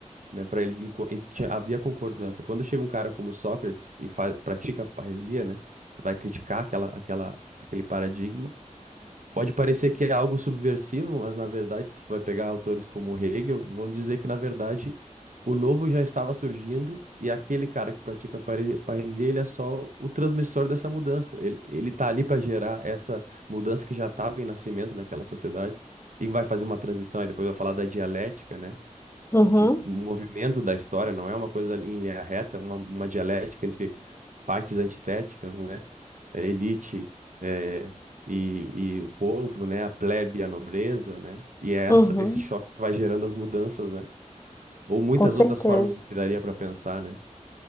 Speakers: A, on the right (about 75°); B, on the left (about 20°).
A: né, para eles enco- e tinha- havia concordância. Quando chega um cara como Sócrates e fa- pratica a parresia, né, vai criticar aquela, aquela, aquele paradigma, Pode parecer que é algo subversivo, mas na verdade, se vai pegar autores como Hegel, vão dizer que na verdade o novo já estava surgindo e aquele cara que pratica pare- parresia, ele é só o transmissor dessa mudança. Ele, ele tá ali para gerar essa mudança que já estava em nascimento naquela sociedade e vai fazer uma transição. Aí depois vai falar da dialética, né?
B: Uhum,
A: De um movimento da história, não é uma coisa em linha reta, é uma, uma dialética entre partes antitéticas, né? A elite eh, e, e o povo, né? A plebe e a nobreza, né? E é essa,
B: uhum,
A: esse choque que vai gerando as mudanças, né? Ou muitas
B: com certeza.
A: outras formas de que daria para pensar, né?